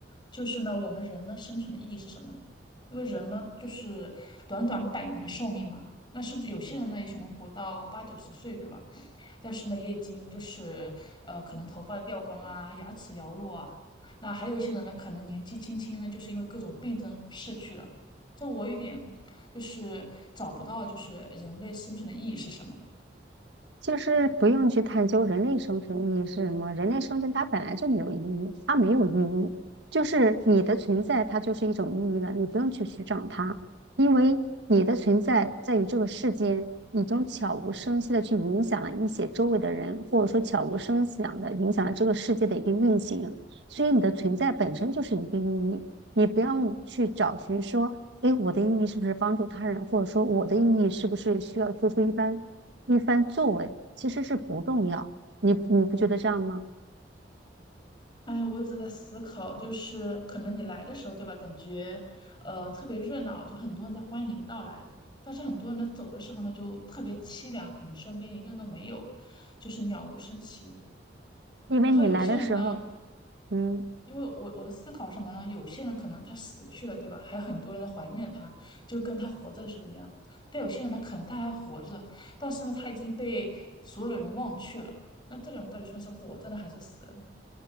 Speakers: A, on the left; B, on the right.
A: 就是呢，我们人呢生存的意义是什么呢？因为人呢，就是短短百年的寿命嘛。那甚至有些人呢，也许能活到八九十岁，对吧？但是呢，也已经就是呃，可能头发掉光啊，牙齿摇落啊。那还有一些人呢，可能年纪轻轻呢，就是因为各种病症逝去了。这我有点就是找不到，就是人类生存的意义是什么。
B: 就是不用去探究人类生存意义是什么，人类生存它本来就没有意义，它没有意义，就是你的存在它就是一种意义了，你不用去寻找它，因为你的存在在于这个世间，已经悄无声息的去影响了一些周围的人，或者说悄无声息的影响了这个世界的一个运行，所以你的存在本身就是一个意义，你不要去找寻说，哎，我的意义是不是帮助他人，或者说我的意义是不是需要做出一番。一番作为，其实是不重要。你你不觉得这样吗？
A: 哎，我一直在思考，就是可能你来的时候，对吧？感觉，呃，特别热闹，就很多人在欢迎你的到来。但是很多人呢，走的时候呢，就特别凄凉，可能身边一个人都没有，就是鸟无声息。
B: 因为你来的时候，
A: 然后有些人呢，
B: 嗯。
A: 因为我我的思考是什么呢？有些人可能他死去了，对吧？还有很多人在怀念他，就跟他活着的时候一样。但有些人呢，可能他还活着，但是呢，他已经被所有的人忘却了。那这个人到底算是活着呢，还是死了？